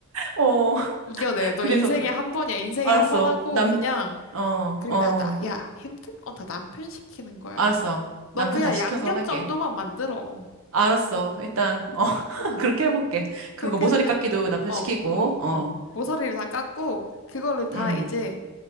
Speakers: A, on the right; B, on the left.
A: 어,
B: 이겨내. 너
A: 그래서
B: 인생에
A: 그,
B: 한 번이야. 인생에
A: 알았어.
B: 한 번 하고
A: 남,
B: 그냥
A: 어, 어,
B: 그리고 나, 나, 야, 힘든 건 다 남편 시키는 거야.
A: 알았어. 남편
B: 넌 그냥
A: 다 시켜서
B: 양념
A: 할게.
B: 정도만 만들어.
A: 알았어. 일단, 어, <laughs>
B: 음,
A: 그렇게 해볼게. 그거
B: 그렇게
A: 모서리
B: 해서
A: 깎기도 남편
B: 어,
A: 시키고,
B: 어,
A: 어,
B: 어. 모서리를 다 깎고 그거를 다
A: 음,
B: 이제